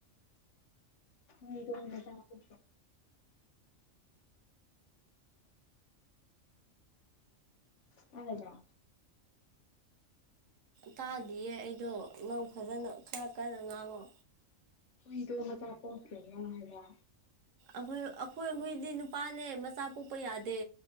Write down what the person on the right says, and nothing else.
ꯇꯥꯗꯤꯌꯦ ꯑꯩꯗꯣ ꯅꯪ ꯐꯖꯅ ꯈꯔ ꯀꯟꯅ ꯉꯥꯡꯉꯣ
ꯣꯏ ꯑꯩꯈꯣꯏ ꯍꯨꯏꯗꯤ ꯅꯨꯄꯥꯅꯦ ꯃꯆꯥ ꯄꯣꯛꯄ ꯌꯥꯗꯦ